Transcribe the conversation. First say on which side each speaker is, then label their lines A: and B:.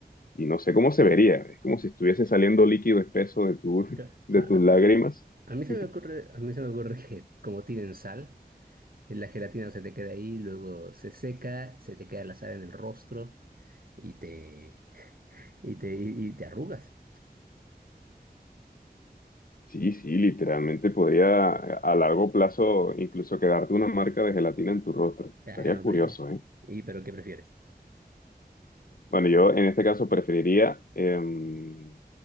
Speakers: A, on the left (about 60°); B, on the right (about 60°).
A: y no sé cómo se vería, es como si estuviese saliendo líquido espeso de tu,
B: Ca-
A: <laughs> de
B: A,
A: tus
B: a-
A: lágrimas. <laughs>
B: a mí se me ocurre, a mí se me ocurre que como tienen sal, eh, la gelatina se te queda ahí, luego se seca, se te queda la sal en el rostro y te, y te, y y te arrugas.
A: Sí, sí, literalmente podría a a largo plazo incluso quedarte una marca de gelatina en tu rostro.
B: Ah,
A: Estaría
B: no,
A: curioso,
B: pero...
A: ¿eh?
B: ¿Y pero qué prefieres?
A: Bueno, yo en este caso preferiría em,